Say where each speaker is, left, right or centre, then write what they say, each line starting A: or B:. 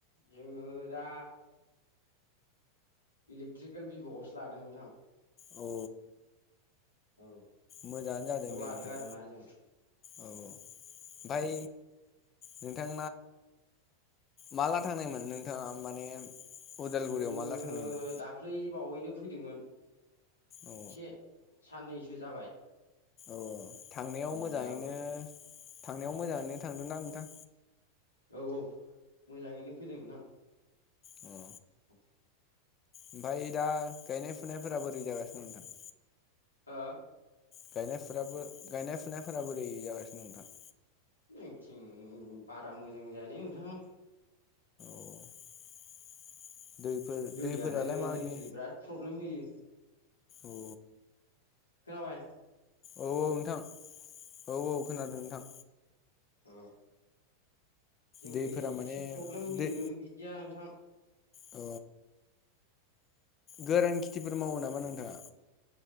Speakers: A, on the left; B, on the left.
A: जोङो दा इलेक्ट्रिकेल भिभ'आवसो लादों नोंथां
B: अ
A: औ औ
B: मोजाङानो जादों
A: बेयाव
B: दे
A: लादों
B: नोंथां
A: आरोना जों
B: औ ओमफाय
A: औ
B: नोंथां माला थांनायमोन नोंथाङा माने उदालगुरियाव
A: जोङो
B: माला थांनायमोन
A: दाख्लै बावैनो फैदोंमोन एसे
B: अ
A: साननैसो जाबाय
B: औ थांनायाव
A: फैनाया
B: मोजाङैनो
A: औ
B: थांनायाव मोजाङैनो थांदों ना नोंथां
A: औ औ मोजाङैनो फैदों ना
B: औ
A: औ
B: ओमफाय दा गायनाय फुनायफोरा बोरै जागासिनो नोंथां।
A: ओ
B: गायनायफोराबो गायनाय फुनायफोरा बोरै जागासिनो दं नोंथां।
A: जोंथिं बारा मोजां जायालै नोंथां
B: <inaudible> दैफोर
A: दैयानो
B: दैफोरालाय माबायदि
A: जोंखै बिराद प्रब्लेम होयो
B: अ
A: खोनाबाय
B: औ औ नोंथां औ औ खोनादों नोंथां।
A: ओ जोंखै
B: दैफोरा
A: एसे
B: माने
A: प्रब्लेम होयो
B: दै
A: बिदिया नोंथां
B: अ गोरान खेथिफोर मावो नामा नोंथाङा